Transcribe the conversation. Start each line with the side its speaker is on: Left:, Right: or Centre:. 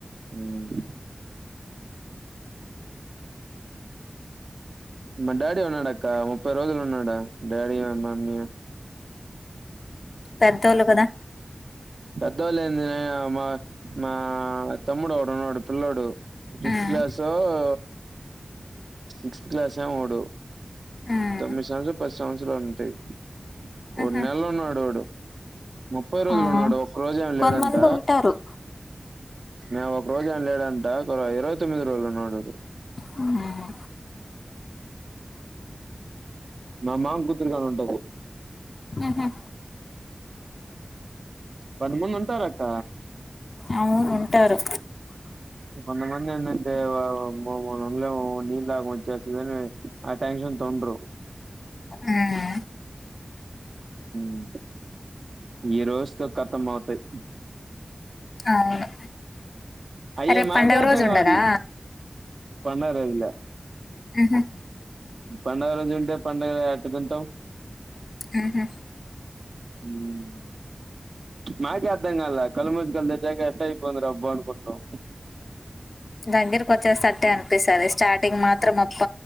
Right: ఉమ్ మా డాడి ఉన్నాడాక్క ముప్పై రోజులు ఉన్నాడు. డాడి మమ్మీ
Left: పెద్ద ఒళ్ళు కదా
Right: పెద్దోళ్లేంది మా మా తమ్ముడు ఒకటున్నాడు పిల్లోడు ఫిఫ్త్
Left: హ్మ్
Right: క్లాసు ఒ సిక్స్త్ క్లాసేమోవడు
Left: హ్మ్
Right: తొమ్మిది సంవత్సరాలు పది సంవత్సరాలు ఉంటాయి. కొన్ని
Left: ఆహా
Right: నెల్లో ఉన్నాడు వాడు ముప్పై రోజులు
Left: ఆ
Right: ఉన్నాడు ఒక్క రోజ ఏమి లేడంట
Left: కొంతమంది ఉంటారు
Right: మేము ఒక రోజు ఏనా లేడంట ఒక ఇరవై తొమ్మిది రోల్లు ఉన్నాడు
Left: హ్మ్
Right: మ మామ కూతురుగని ఉంటది
Left: హుహు
Right: పది మంది ఉంటార అక్క
Left: అవును ఉంటారు
Right: కొంద మంది ఏందంటే <unintelligible> ఆ టెన్షన్ ఇంతొండ్రు
Left: ఊ
Right: మ్ ఈ రోజుతో కతం అవుతాయి
Left: అవును
Right: అయ్య
Left: రేపు
Right: మాకె
Left: పండుగ
Right: అర్ధం
Left: రోజు
Right: కావట్లే
Left: ఉండదా
Right: పండగ రోజు ఇల్లె
Left: ఉహు
Right: పండగ రోజుంటే పండగ ఎట్ట తింటాం
Left: ఉహు
Right: మ్ నాకే అర్ధం గాలే కళ్ళుమూసుకొని కళ్ళు తెరిచక ఏటా అయ్యిపోది రా అబ్బా అనుకుంటాం
Left: దగ్గరకి వచ్చేస్తట్టే అనిపిస్తది స్టార్టింగ్ మాత్రం అప్ప